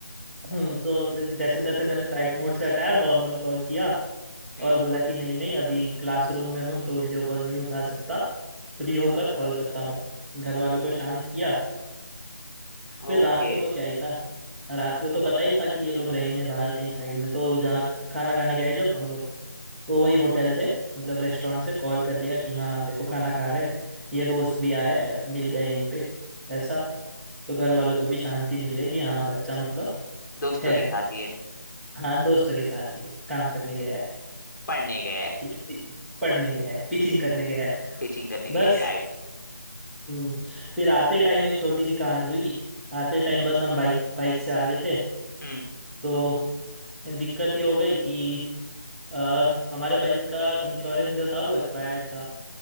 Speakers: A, in the centre; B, on the left.
A: हम्म तो फिर जैसे तैसे मैंने फ्लाइट मोड से हटाया नॉर्मल कॉल किया
B: हम्म
A: और बोला कि नहीं नहीं अभी क्लासरूम में हूँ तो वीडियो कॉल नहीं उठा सकता फ्री होकर कॉल करता हूँ घर वालों को शांत किया फिर
B: ओके
A: रात को तो क्या ही था रात को तो पता ही था कि ये लोग रहेंगे बाहर कहीं साइड में तो जहाँ खाना खाने गए जब हम लोग तो वही होटल से मतलब रेस्टोरेंट से कॉल कर लिया कि हाँ देखो खाना खा रहे हैं ये दोस्त भी आया है मिल गए यहीं पे ऐसा तो घर वालों को भी शांति मिल गई कि हाँ बच्चा मतलब
B: दोस्तों
A: है
B: के साथ ही है
A: हाँ दोस्तों के साथ ही है काम करने गया है
B: पढ़ने गया है
A: ठीक है पढ़ने गया है टीचिंग करने गया है
B: पिचिंग करने
A: बस
B: गया है राइट
A: हम्म, फिर आते टाइम एक छोटी सी कहानी हुई आते टाइम बस हम बाइक बाइक से आ रहे थे
B: हम्म
A: तो दिक्कत ये हो गई कि अ, हमारे बाइक का इंश्योरेंस जो था वो एक्सपायर्ड था